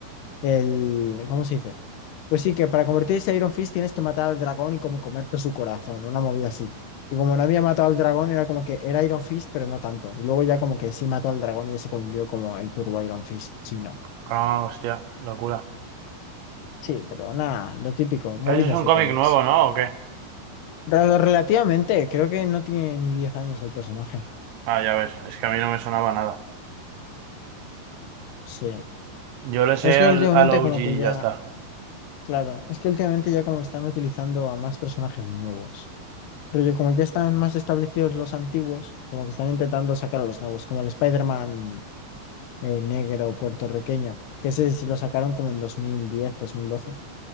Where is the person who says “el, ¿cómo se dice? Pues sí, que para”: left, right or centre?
Left